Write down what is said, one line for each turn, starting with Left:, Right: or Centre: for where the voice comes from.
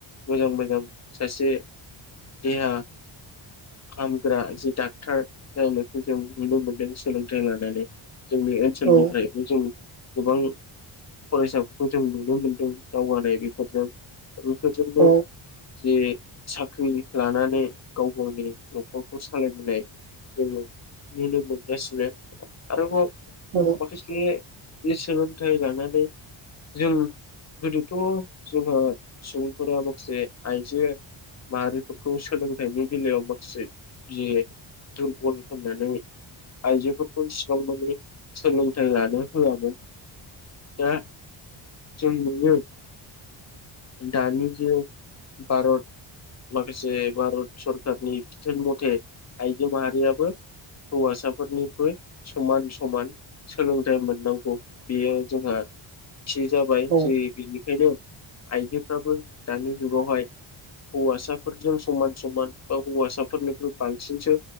Left: मोजां मोजां सासे देहा खामग्रा जि डाक्टार जाहनायखौ जों नुनो मोनदों सोलोंथाइ लानानै जोंनि ओ सोलनिफ्राय
Right: औ
Left: जों गोबां फरायसाफोरखौ जों नुनो मोनदों दावगानाय बेफोरजों बेफोरजोंनो
Right: औ
Left: जे साख्रि लानानै गाव गावनि न'खरखौ सालायबोनाय जोङो नुनो मोनगासिनो। आरोबाव
Right: बर'
Left: माखासेनि सोलोंथाइ लानानै जों गोदोथ' जोंहा सुबुंफोरा माखासे आइजो मारिफफोरखौ सोलों थायनि बेलायाव माखासे ज दुरबल होननानै आइजोफोरखौ इसिबां मानि सोलोंथाइ लानो होआमोन दा जों नुयो दानि जि भारत माखासे भारत सरखारारनि बिथोन मथे आइजो माहारियाबो हौवासाफोरनिखइ समान समान सोलोंथाइ मोननांगौ बेयो जोंहा थि जाबाय
Right: औ
Left: जि बेनिखायनो आइजोफ्राबो दानि जुगावहाय हौवासाफोरजों समान समान बा हौवासाफोरनिख्रुइ बांसिनसो